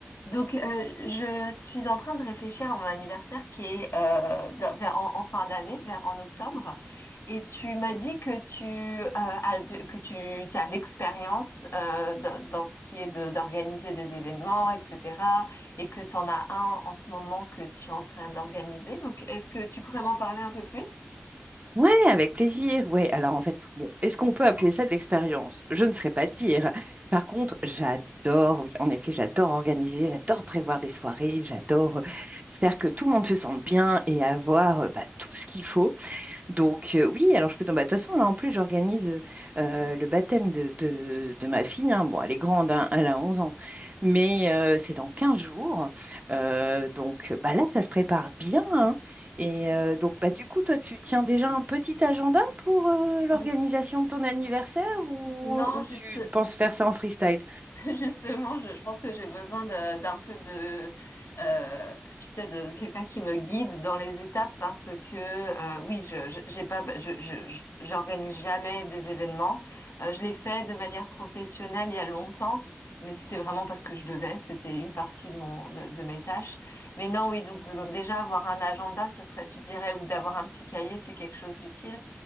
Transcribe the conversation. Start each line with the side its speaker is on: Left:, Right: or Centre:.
Left: Donc, euh, je suis en train de réfléchir à mon anniversaire qui est euh, dans- vers, en, en fin d'année, vers en octobre. Et tu m'as dit que tu euh, as, de- que tu, tu as de l'expérience euh, dans dans ce qui est de- d'organiser des événements, etc. Et que tu en as un en ce moment que tu es en train d'organiser. Donc, est-ce que tu pourrais m'en parler un peu plus?
Right: Ouais, avec plaisir. Ouais, alors en fait, bon, est-ce qu'on peut appeler ça de l'expérience? Je ne saurais pas te dire. Par contre, j'adore, oui, en effet, j'adore organiser, j'adore prévoir des soirées, j'adore euh, faire que tout le monde se sente bien et avoir euh, bah, tout ce qu'il faut. Donc, euh, oui, alors je peux tomber. De toute façon, là, en plus, j'organise euh, euh, le baptême de, de- de ma fille. hein. Bon, elle est grande, hein, elle a 11 ans, mais euh, c'est dans 15 jours. Euh, donc, bah, là, ça se prépare bien. hein. Et euh, donc, bah, du coup, toi, tu tiens déjà un petit agenda pour euh, l'organisation
Left: <laughs>
Right: de ton anniversaire ou,
Left: Non,
Right: ou
Left: juste,
Right: tu penses faire ça en freestyle?
Left: <laughs> Justement, je, je pense que j'ai besoin de- d'un peu de, euh, tu sais, de quelqu'un qui me guide dans les étapes parce que, euh, oui, je, je- j'ai pas, je, je, je- j'organise jamais des événements. Euh, je l'ai fait de manière professionnelle il y a longtemps, mais c'était vraiment parce que je devais. C'était une partie de mon, de, de mes tâches. Mais non, oui, donc euh, déjà avoir un agenda, ça serait, tu dirais, ou d'avoir un petit cahier, c'est quelque chose d'utile.